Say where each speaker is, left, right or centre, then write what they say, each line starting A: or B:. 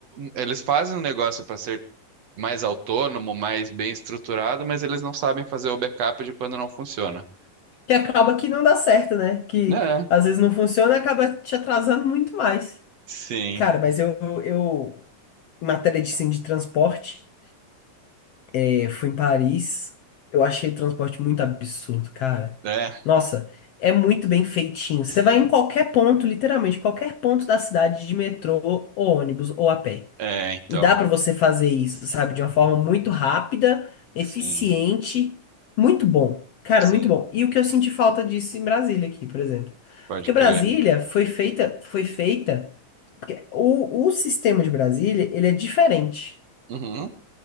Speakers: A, on the right (about 55°); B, on the left (about 70°).
A: eles fazem um negócio para ser mais autônomo, mais bem estruturado, mas eles não sabem fazer o backup de quando não funciona.
B: Que acaba que não dá certo, né? Que
A: Né?
B: às vezes não funciona e acaba te atrasando muito mais.
A: Sim.
B: Cara, mas eu, eu, em matéria de, assim, de transporte. Eu fui em Paris, eu achei o transporte muito absurdo, cara.
A: É,
B: Nossa, é muito bem feitinho. Você vai em qualquer ponto, literalmente, qualquer ponto da cidade de metrô, ou ônibus, ou a pé.
A: é, então.
B: E dá pra você fazer isso, sabe? De uma forma muito rápida, eficiente,
A: Sim.
B: muito bom. Cara,
A: Sim,
B: muito bom. E o que eu senti falta disso em Brasília aqui, por exemplo.
A: pode
B: Porque
A: crer.
B: Brasília foi feita, foi feita, porque o, o sistema de Brasília, ele é diferente.
A: Uhum.